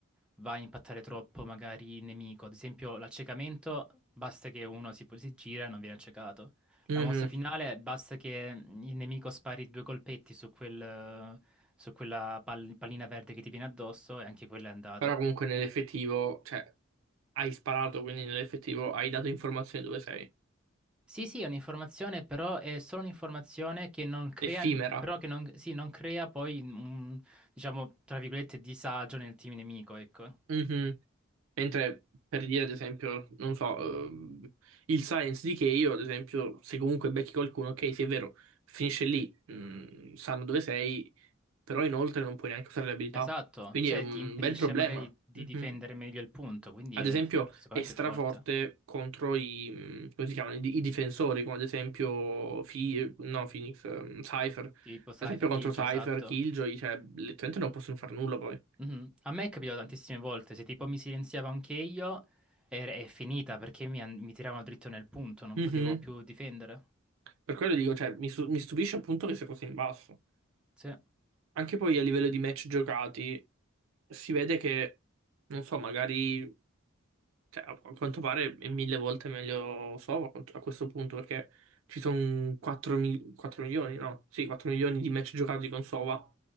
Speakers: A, in the centre; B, on the right.
A: va a impattare troppo magari il nemico. Ad esempio, l'accecamento basta che uno si, si gira e non viene accecato.
B: Mhm.
A: La mossa finale basta che il nemico spari due colpetti su quel, su quella pal- pallina verde che ti viene addosso e anche quello è andato.
B: Però comunque nell'effettivo, cioè, hai sparato, quindi nell'effettivo hai dato informazioni dove sei.
A: Sì, sì, è un'informazione, però è solo un'informazione che non crea,
B: Effimera.
A: però che non, sì, non crea poi un, diciamo, tra virgolette, disagio nel team nemico, ecco.
B: Mhm. Mentre per dire, ad esempio, non so, ehm, il science di Kay, io, ad esempio, se comunque becchi qualcuno, ok, sì, è vero, finisce lì, mm, sanno dove sei, però inoltre non puoi neanche usare le abilità.
A: Esatto,
B: Quindi
A: cioè
B: è un
A: ti impedisce
B: bel problema.
A: magari di
B: Mhm.
A: difendere meglio il punto, quindi
B: Ad
A: è,
B: esempio,
A: secondo
B: è
A: me è
B: straforte
A: più forte.
B: contro i, mh, come si chiamano, i, di- i difensori, come ad esempio Fi- no, Phoenix, ehm, Cypher. Ad
A: Tipo Cypher
B: esempio contro
A: Killjoy,
B: Cypher,
A: esatto.
B: Killjoy, cioè, letteralmente non possono fare nulla poi.
A: Mhm. A me è capitato tantissime volte, se tipo mi silenziava anche io, è, è finita perché mi, an- mi tiravano dritto nel punto, non
B: Mhm.
A: potevo più difendere.
B: Per quello dico, cioè, mi, su- mi stupisce appunto che sia così in basso.
A: Sì.
B: Anche poi a livello di match giocati, si vede che, non so, magari Cioè, a a quanto pare è mille volte meglio Sova a quanto- a questo punto, perché ci sono 4, mil- 4 milioni, no? Sì, 4 milioni di match giocati con Sova